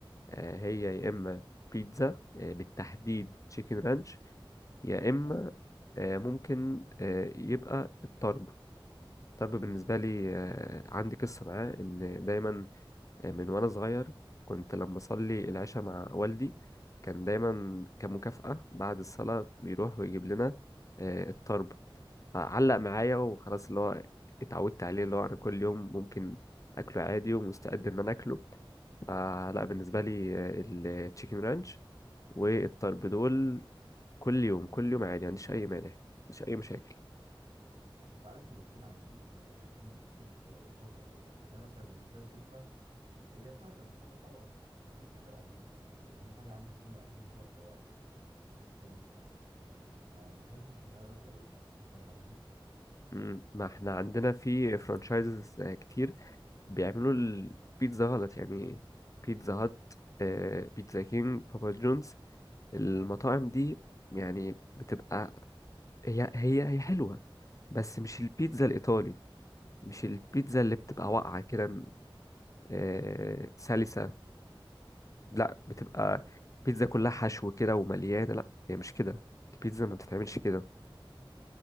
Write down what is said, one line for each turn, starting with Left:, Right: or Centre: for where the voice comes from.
Left: آه، هي يا اما بيتزا آه، بالتحديد تشيكن رانش يا اما
Right: طبعا
Left: آه، ممكن آه، يبقى الطرب الطرب بالنسبه لي آه، عندي قصه معاه ان دايما آه، من وانا صغير كنت لما اصلي العشاء مع والدي كان دايما كمكافأة بعد الصلاة بيروح ويجيب لنا آه، الطرب علق معايا وخلاص اللي هو اتعودت عليه اللي هو انا كل يوم ممكن اكله عادي ومستعد ان انا اكله فلا بالنسبه لي التشيكن رانش والطرب دول كل يوم كل يوم عادي ما عنديش اي مانع ما عنديش اي مشاكل
Right: بس انت عارف الاتنين عايزين يعني عايزين الشيف شاطر قوي يعني انا مثلا بالنسبه لي البيتزا هي سهله مش حاجه صعبه بس في- اهم حاجه العجينه يعني اهم حاجه عندي تكون العجينه فيها رفيعه مش سميكه ما ما احسش ان انا باكل عيش انت فاهم قصدي
Left: مم، ما احنا عندنا في فرانشايزز كتير بيعملوا البيتزا غلط يعني بيتزا هات آه، بيتزا كينج بابا جونز المطاعم
Right: اه
Left: دي يعني بتبقى هي هي هي حلوة بس مش البيتزا الإيطالي
Right: بالظبط
Left: مش البيتزا اللي بتبقى واقعة كده آه، سلسة لا بتبقى
Right: اه
Left: بيتزا كلها
Right: آه.
Left: حشو كده ومليانة لا هي مش كده البيتزا ما بتتعملش كده